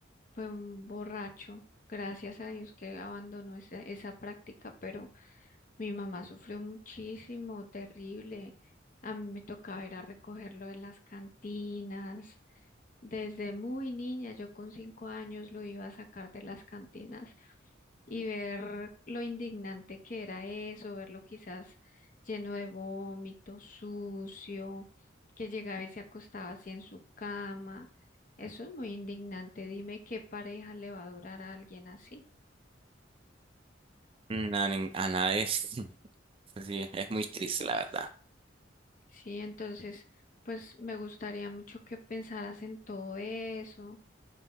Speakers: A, on the left; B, on the right.
A: fue un borracho. Gracias a Dios que abandonó esa, esa práctica, pero mi mamá sufrió muchísimo, terrible. A mí me tocaba ir a recogerlo de las cantinas desde muy niña, yo con cinco años lo iba a sacar de las cantinas y ver lo indignante que era eso, verlo quizás lleno de vómito, sucio, que llegaba y se acostaba así en su cama. Eso es muy indignante. Dime qué pareja le va a durar a alguien así.
B: Na- nin- A nadie. <laughs> Sí, es muy triste la verdad.
A: Sí, entonces, pues me gustaría mucho que pensaras en todo eso